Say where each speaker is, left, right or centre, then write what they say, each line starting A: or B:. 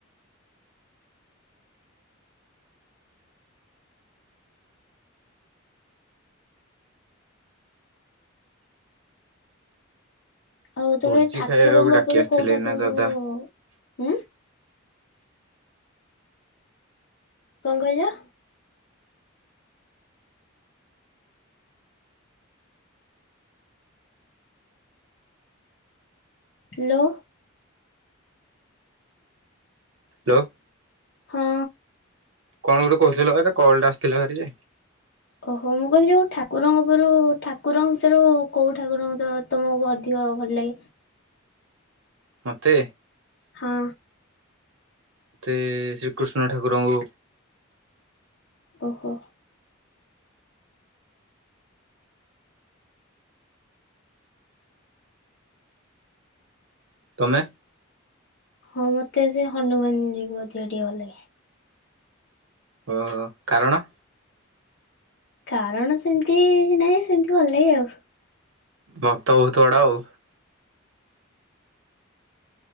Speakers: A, on the left; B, on the right.
A: ଆଉ ତମେ
B: ଭୋଜି
A: ଠାକୁରଙ୍କ
B: ଖାଇବାକୁ ଡାକି
A: ଉପରୁ
B: ଆସିଥିଲେ
A: କୋଉ ଠାକୁରଙ୍କୁ
B: ଏଇନା ଦାଦା।
A: ହୁଁ? କଣ କହିଲ? ହ୍ୟାଲୋ।
B: ହ୍ୟାଲୋ।
A: ହଁ।
B: କଣ ଗୋଟେ କହୁଥିଲ? କଲଟା ଆସିଥିଲା ଭାରି ଯେ।
A: ଓହୋ। ମୁଁ କହିଲି ଯଉ ଠାକୁରଙ୍କ ଉପରୁ, ଠାକୁରଙ୍କ ଭିତରୁ କୋଉ ଠାକୁରଙ୍କ ତ ତମକୁ ଅଧିକ ଭଲ ଲାଗେ।
B: ମୋତେ?
A: ହଁ।
B: ମତେ ଶ୍ରୀକୃଷ୍ଣ ଠାକୁରଙ୍କୁ।
A: ଓହୋ।
B: ତମେ?
A: ହଁ ମତେ ସେ ହନୁମାନ ଯୀ କ ଅଧିକ ଟିକେ ଭଲ ଲାଗେ।
B: ଓହୋ। କାରଣ?
A: କାରଣ ସେମିତି କିଛି ନାହିଁ, ସେମତି ଭଲ ଲାଗେ ଆଉ।
B: ଭକ୍ତ ବହୁତ ବଡ଼ ଆଉ।